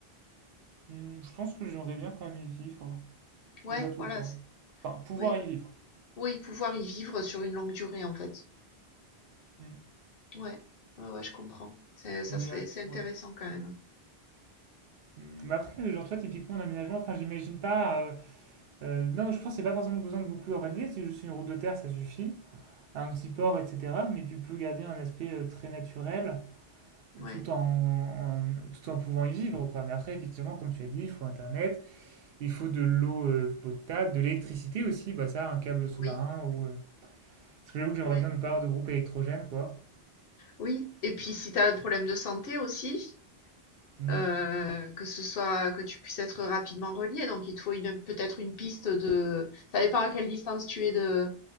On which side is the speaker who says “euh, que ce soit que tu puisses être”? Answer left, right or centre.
Left